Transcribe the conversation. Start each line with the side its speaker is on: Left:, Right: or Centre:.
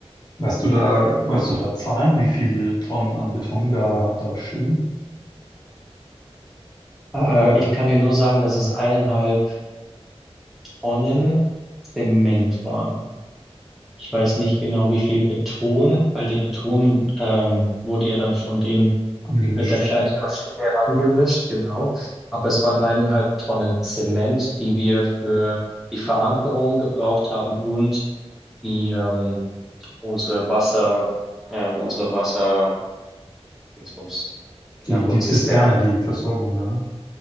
Left: Weißt du da, weißt du da Zahlen, wie viel Tonnen an Beton da, da stehen?
Centre: Äh, ich kann dir nur sagen, dass es eineinhalb Tonnen Zement waren. Ich weiß nicht genau, wie viel Beton, weil der Beton ähm, wurde ja dann von den
Left: Angemischt.
Centre: mit der kleinen Maschine angemischt, genau. Aber es waren eineinhalb Tonnen Zement, die wir für die Verankerung gebraucht haben und die ähm, unsere Wasser, ähm, unsere Wasser, Dingsbums, die
Left: Die,
Centre: Narkozisterne.
Left: die Zisterne, die Versorgung da, ne?